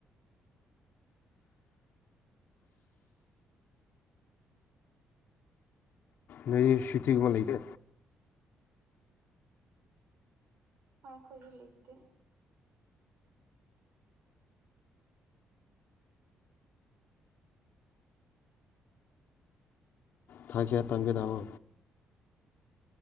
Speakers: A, on the left; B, on the right.
A: ꯅꯣꯏ ꯁꯤꯇꯤꯒꯨꯝꯕ ꯂꯩꯗꯦ
B: ꯍꯣꯏ ꯈꯣꯖꯤ ꯂꯤꯇꯦ
A: ꯊꯥ ꯀꯌꯥ ꯇꯝꯒꯗꯕ